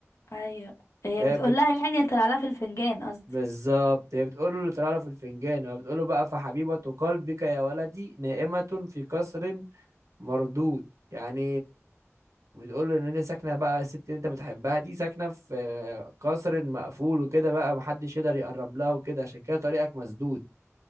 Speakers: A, on the left (about 70°); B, on the right (about 80°).
A: ايوه يعني
B: فهي
A: بتقول
B: بت...
A: لها يعني طلع لها في الفنجان قصدي
B: بالظبط هي بتقول له اللي طلع له في الفنجان وهي بتقول له بقى فحبيبة قلبك يا ولدي نائمة في قصر مردود يعني بتقول له ان هي ساكنة بقى الست اللي انت بتحبها دي ساكنة في آه، قصر مقفول وكده بقى محدش يقدر يقرب لها وكده عشان كده طريقك مسدود